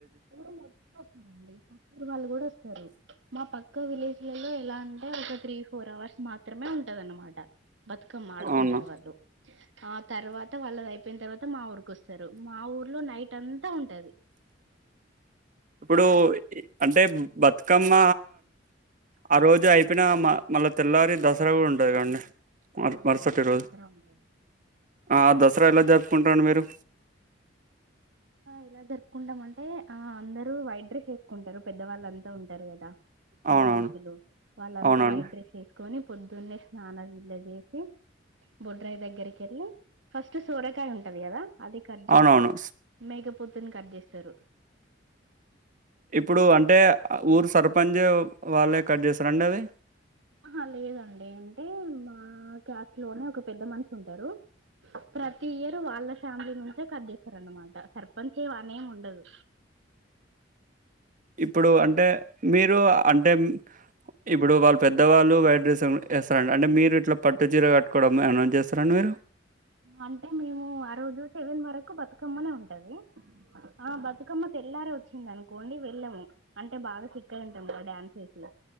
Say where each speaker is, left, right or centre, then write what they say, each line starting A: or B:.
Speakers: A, on the right; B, on the right.
A: ఊరు మొత్తం వస్తారండి పక్క ఊరు వాళ్ళు కూడా వస్తారు మా పక్క విలేజ్లలో ఎలా అంటే ఒక త్రీ, ఫోర్ అవర్స్ మాత్రమే ఉంటద అనమాట బతుకమ్మ ఆడుకుంటది
B: అవునా
A: వాళ్ళతో ఆ తర్వాత వాళ్ళ అయిపోయిన తర్వాత మా ఊరికి వస్తారు మా ఊర్లో నైట్ అంతా ఉంటది
B: ఇప్పుడు అంటే బతుకమ్మ ఆ రోజు అయిపోయిన మళ్ళా తెల్లవారి దసరా కూడా ఉంటది అండి
A: ఆ అవునండి
B: మర్సట్ రోజు
A: దసరా ఉంటది
B: ఆ దసరా ఎలా జరుపుకుంటారండీ మీ ట్
A: ఎలా జరుపుకుంటామంటే ఆ అందరు వైడ్రస్ వేసుకుంటారు పెద్దవాళ్ళుంతా ఉంటారు కదా పెద్ద
B: అవునవును
A: మనుషులు వాళ్ళంతా
B: అవునండి
A: వైట్ డ్రస్ వేసుకొని పొద్దున్నే స్నానం ఇద చేసి బొడ్రాయి దగ్గరికి వెళ్ళి ఫస్ట్ సోరకాయ ఉంటది కదా అది కట్
B: అవునవును
A: చేసి మెగప్ పొద్దుని కట్ చేస్తారు
B: ఇప్పుడు అంటే ఊరు సర్పంచ్ వాళ్ళే కట్ చేస్తారండి అది
A: ఆహా లేదండి అంటే మా క్క్యాస్ట్ లోనే ఒక పెద్ద మనిషి ఉంటారు ప్రతి ఇయరు వాళ్ళ ఫ్యామిలీ నుంచే కట్ చేస్తారు అనమాట సర్పంచ్ ఇవన్నీ ఏమి ఉండదు
B: ఇప్పుడు అంటే మీరు అంటే ఇప్పుడు వాళ్ళు పెద్దవాళ్ళు వైట్ డ్రస్ వేస్తారండి అంటే మీరు ఇట్లా పట్టు చీర కట్టుకోవడం అనౌన్జ్ చేస్తారండి మీరు
A: అంటే మేము ఆ రోజు సెవెన్ వరకు బతుకమ్మనే ఉంటది ఆ బతుకమ్మ తెల్లార వచ్చిందినుకోండి వెళ్ళము అంటే బాగా చిక్కయి ఉంటాం డ్యాన్స్ చేసే